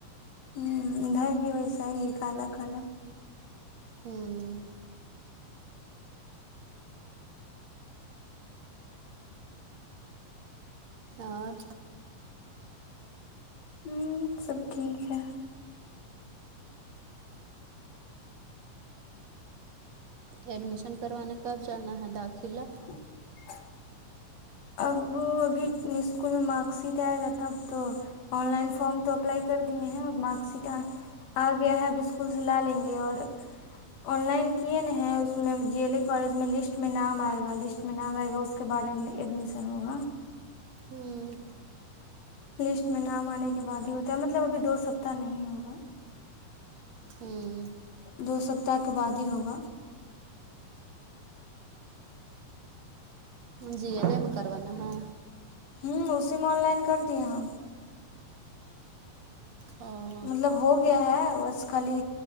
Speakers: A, on the left; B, on the right.
A: ہوں ادھر بھی ویسے ہی ہے کالا کالا
B: ہوں اور
A: ہوں سب ٹھیک ہے
B: ایڈمیشن کروانے کب جانا ہے داخلہ
A: <inaudible> اب ابھی اسکول میں مارک شیٹ آے گا تب تو آن لائن فارم تو اپلائی کر دیے ہیں اور مارک شیٹ آ گیا ہے اب اسکول سے لا لیں گے اور آن لائن کیے نا ہے اس میں جی ایل کالج میں لسٹ میں نام آئے گا لسٹ نام آئے گا اس کے بارے میں ایڈمیشن ہوگا
B: ہوں
A: لسٹ میں نام آنے کے بعد ہی ہوتا ہے مطلب ابھی دو سپتہ نہیں ہوگا
B: ہوں
A: دو سپتہ کے بعد ہی ہوگا
B: جی آن لائن کروانا ہے
A: ہوں اسی میں آن لائن کر دیا ہم
B: او
A: مطلب ہو گیا ہے بس خالی